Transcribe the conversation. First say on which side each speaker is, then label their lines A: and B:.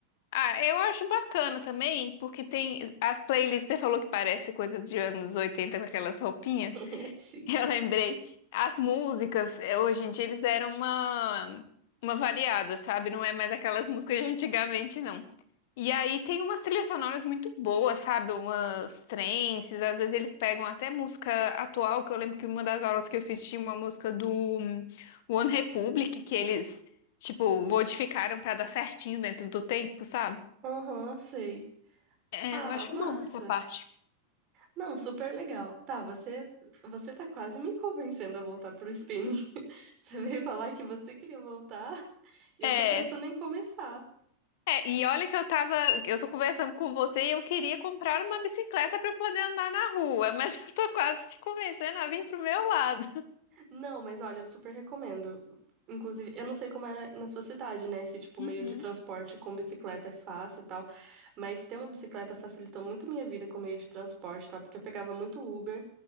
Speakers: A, on the left; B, on the right.
A: ah, eu acho bacana também, porque tem as playlists, você falou que parece coisa de anos 80 com aquelas roupinhas.
B: <laughs>
A: <laughs>
B: Sim.
A: Eu lembrei, as músicas, eh, hoje em dia, eles deram uma, uma variada, sabe? Não é mais aquelas músicas de antigamente, não. E aí tem umas trilhas sonoras muito boas, sabe? Umas trances, às vezes eles pegam até música atual, que eu lembro que uma das aulas que eu fiz tinha uma música do hum, One Republic, que eles, tipo, modificaram pra dar certinho dentro do tempo, sabe?
B: Aham, sei.
A: É,
B: Ah,
A: eu acho
B: massa.
A: bom essa parte.
B: Não, super legal. Tá, você, você tá quase me convencendo a voltar pro spinning. <laughs> Você veio falar que você queria voltar. E
A: É,
B: eu tô pensando em começar.
A: é, e olha que eu tava, eu tô conversando com você e eu queria comprar uma bicicleta pra eu poder andar na rua, mas <laughs> eu tô quase te convencendo a vir pro meu lado.
B: Não, mas olha, eu super recomendo. Inclusive, eu não sei como é na sua cidade, né? Se, tipo, meio
A: Uhum,
B: de transporte com bicicleta é fácil e tal. Mas ter uma bicicleta facilitou muito minha vida com meio de transporte, tá? Porque eu pegava muito Uber.